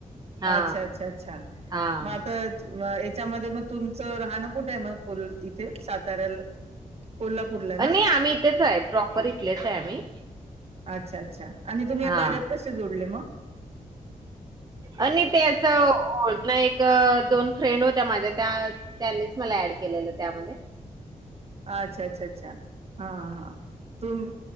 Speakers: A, on the right (about 30°); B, on the right (about 45°).
A: हा
B: अच्छा अच्छा अच्छा
A: हा
B: मग आता याच्यामध्ये मग तुमचं राहणं कुठे आहे मग कोल इथे साताऱ्याला कोल्हापूरला ना
A: नाही आम्ही इथेच आहे प्रॉपर इथलेच आहे आम्ही.
B: अच्छा अच्छा आणि तुम्ही या
A: हा
B: कार्यात कसे जोडले मग
A: आणि ते असं हो ना एक दोन फ्रेंड होत्या माझ्या त्या त्यांनीच मला ऍड केलेलं त्यामध्ये
B: अच्छा अच्छा अच्छा हा हा तुम